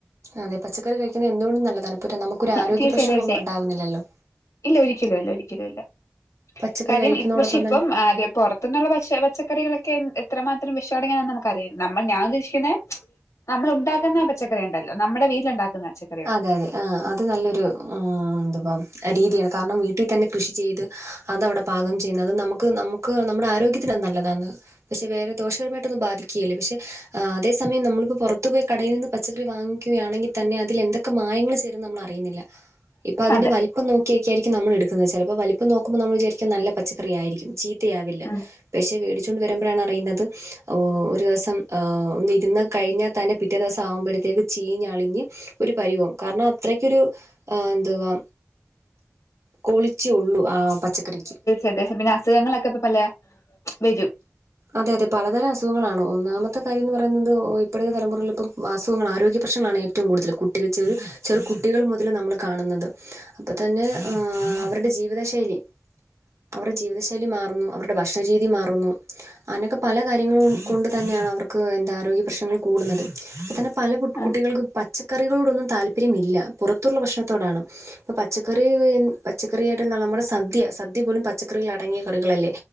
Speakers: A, on the right; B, on the left.
A: അതെ പച്ചക്കറി കഴിക്കുന്നത് എന്തുകൊണ്ടും നല്ലതാണ് ഇപ്പം നമുക്കൊരു ആരോഗ്യ
B: തീർച്ചയായും
A: പ്രശ്നങ്ങളൊന്നും
B: തീർച്ചയായും
A: ഉണ്ടാവുന്നില്ലല്ലോ
B: ഇല്ല ഒരിക്കലും ഇല്ല ഒരിക്കലും ഇല്ല
A: പച്ചക്കറി
B: കാര്യം
A: കഴിക്കുന്നതോടൊപ്പം
B: ഇപ്പ പക്ഷെ ഇപ്പം
A: തന്നെ
B: പൊറത്ത <unintelligible> പ പച്ചക്കറികളൊക്കെ എത്രമാത്രം വിഷം അടങ്ങിയ നമുക്കറിയാം നമ്മൾ ഞാൻ ഉദ്ദേശിക്കുന്നെ നമ്മൾ ഉണ്ടാക്കുന്ന പച്ചക്കറി ഉണ്ടല്ലോ നമ്മുടെ വീട്ടിലുണ്ടാക്കുന്ന പച്ചക്കറി
A: ആഹ് അതെ അതെ ആഹ് അത് നല്ലൊരു എന്തുവാ രീതിയാണ് കാരണം വീട്ടിൽ തന്നെ കൃഷി ചെയ്ത് അതവിടെ പാകം ചെയ്യുന്നത് നമുക്ക് നമുക്ക് നമ്മുടെ ആരോഗ്യത്തിന് നല്ലതാന്ന് പക്ഷെ വേറെ ദോഷകരമായിട്ടൊന്നും ബാധിക്കുകയില്ല പക്ഷെ ആ അതേ സമയം നമ്മളിപ്പോൾ പുറത്ത പോയി കടയിൽ നിന്ന് പച്ചക്കറി വാങ്ങിക്കുകയാണെങ്കിൽ തന്നെ അത് തി എന്തൊക്കെ മായങ്ങൾ ചേരുന്നുന്ന് നമ്മൾ അറിയുന്നില്ല ഇപ്പൊ അതിന്റെ
B: അതെ
A: വലിപ്പം നോക്കിയൊക്കൊയിരിക്കും നമ്മൾ എടുക്കുന്നത് ചിലപ്പോ വല് ഇപ്പൊ നോക്കുമ്പോൾ നമ്മൾ വിചാരിക്കും നല്ല പച്ചക്കറി ആയിരിക്കും ചീത്തയാവില്ല
B: ഉം
A: പക്ഷെ വേടിച്ചൊണ്ട് വരുമ്പോഴാണ് അറിയുന്നത് ഒരു ദിവസം ആഹ് ഒന്നിരുന്ന കഴിഞ്ഞാൽ തന്നെ പിറ്റേ ദിവസം ആകുമ്പോഴത്തേക്ക് ചീഞ്ഞളിഞ്ഞ് ഒരു പരിവാവും കാരണം അത്രയ്ക്കൊരു എന്തുവാ ക്വാളിറ്റിയെ ഉള്ളു ആ പച്ചക്കറിക്ക്
B: ഏകദേശം പിന്നെ അസുഖങ്ങളൊക്കെ ഇപ്പ പല വരും
A: അതെ അതെ പലതരം അസുഖങ്ങളാണ് ഒന്നാമത്തെ കാര്യംന്ന് പറയുന്നത് ഇപ്പഴത്തെ തലമുറകളില് ഇപ്പം അസുഖങ്ങാണ് ആരോഗ്യ പ്രശ്നങ്ങളാണ് ഏറ്റവ ഏറ്റവും കൂടുതല് കുട്ടികൾ ചെറു ചെറു കുട്ടികൾ മുതല് നമ്മള് കാണുന്നത് അപ്പൊ തന്നെ ആഹ് അവരുടെ ജീവിത ശൈലി അവരുടെ ജീവിതശൈലി മാറുന്നു അവരുടെ ഭക്ഷണരീതി മാറുന്നു അങ്ങനെയൊക്കെ പല കാര്യങ്ങളും കൊണ്ട് തന്നെയാണ് അവർക്ക് എന്താ ആരോഗ്യ പ്രശ്നങ്ങൾ കൂടുന്നത് അപ്പ തന്നെ പല
B: ആഹ്
A: കുട്ടികൾക്ക് പച്ചക്കറികളോടൊന്നും താല്പര്യമില്ല പുറത്തുള്ള ഭക്ഷണത്തോടാണ് ഇപ്പൊ പച്ചക്കറി പച്ചക്കറിയായിട്ട് നമ്മുടെ സദ്യാ സദ്യ പോലും പച്ചക്കറികൾ അടങ്ങിയ കറികളല്ലേ